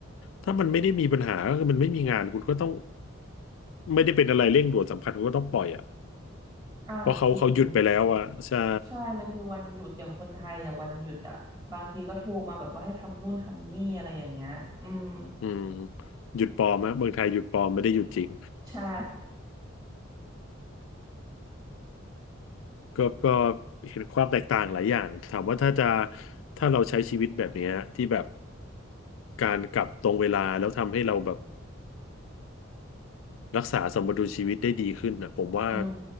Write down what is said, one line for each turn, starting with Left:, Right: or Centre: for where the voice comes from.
Left: ถ้ามันไม่ได้มีปัญหาก็คือมันไม่มีงานคุณก็ต้องไม่ได้เป็นอะไรเร่งด่วนสำคัญคุณก็ต้องปล่อยอ่ะ
Right: อ่าจริง
Left: เพราะเขาเขาหยุดไปแล้วอ่ะใช่
Right: ใช่มันคือวันหยุดอย่างคนไทยเนี่ยวันหยุดอ่ะบางทีก็โทรมาแบบว่าให้ทำนู่นทำนี่อะไรอย่างเงี้ยอืม
Left: อืมหยุดปลอมนะเมืองไทยหยุดปลอมไม่ได้หยุดจริง
Right: ใช่
Left: <laughs> ก็ก็เห็นความแตกต่างหลายอย่างถามว่าถ้าจะถ้าเราใช้ชีวิตแบบเนี้ยที่แบบการกลับตรงเวลาแล้วทำให้เราแบบรักษาสมดุลชีวิตได้ดีขึ้นนะผมว่า
Right: อืม